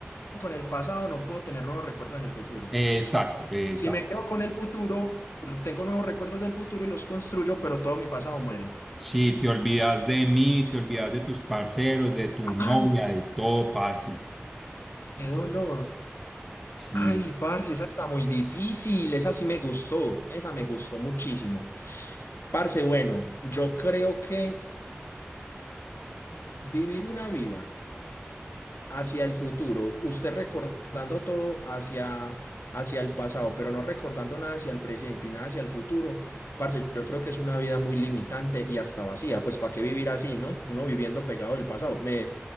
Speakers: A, on the left (about 75°); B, in the centre.
A: con el pasado, no puedo tener nuevos recuerdos en el futuro.
B: Exacto, exacto.
A: Si me quedo con el futuro, tengo nuevos recuerdos del futuro y los construyo, pero todo mi pasado muere.
B: Si te olvidas de mí, te olvidas de tus parceros, de tu novia,
A: Ay,
B: de todo, parce.
A: qué dolor.
B: Sí,
A: Ay, parce, esa está muy difícil. Esa sí me gustó. Esa me gustó muchísimo. Parce, bueno, yo creo que vivir una vida hacia el futuro, usted recordando todo hacia, hacia el pasado, pero no recordando nada hacia el presente y nada hacia el futuro, parce, yo creo que es una vida muy limitante y hasta vacía. Pues, ¿para qué vivir así, no? Uno viviendo pegado del pasado. Me,